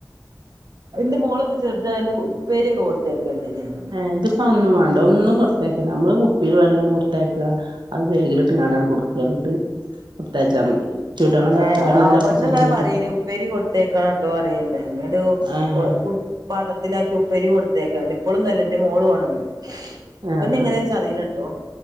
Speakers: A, on the right (about 55°); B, on the right (about 85°).
A: ന്റെ മോളൊക്കെ ചെറുതായന്ന് ഉപ്പേരിയൊക്ക കൊടുത്തേക്കണ്ടേനി ഞാന്
B: ഏഹ് ഇതിപ്പോ അതൊന്നും വേ ഒന്നും കൊടുത്തയക്കണ്ട മ്മള് കുപ്പീല് വെള്ളം കൊടുത്തയക്കാ അത് വേഗിലിട്ട്ങ്ങാണ്ട് കൊടുക്ക ന്നിട്ട് കൊട്ത്തയച്ചാ മതി ചൂടുവെള്ളം
A: ഏഹ്
B: തള് വെള്ളം
A: അവിട്ന്ന്
B: തിളപ്പിച്ചാറിയാണ്ട്
A: ഇങ്ങനെ പറീണ് ഉപ്പേരി കൊടുത്തയക്കണട്ടോ പറേണ്ടായിരുന്നു ടോ
B: ആഹ്
A: വ് കു പാത്രത്തിലാക്കി ഉപ്പേരി കൊടുത്തയക്കണ് ണ്ട് ഇപ്പളൊന്നുഅല്ല ന്റെ മോള് പോണന്ന് ഇപ്പം
B: ആഹ്
A: എങ്ങനേച്ച് അറീല്ലട്ടോ